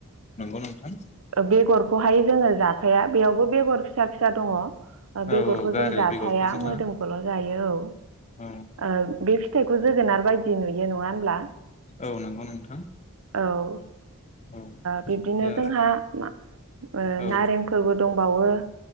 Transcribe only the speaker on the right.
ओ बेगर खौहाय जोङो जाफाया बेयावबो बेगर फिसा फिसा दङ
बेगरखौ
जों जाफाया
मोदोमखौल' जायो औ। ओ
बे फिथाइखौ जोगोनार बायदि नुयो नङा होमब्ला?
औ ओ
बिब्दिनो
जोंहा मा ओ
नारेंफोरबो दंबावो।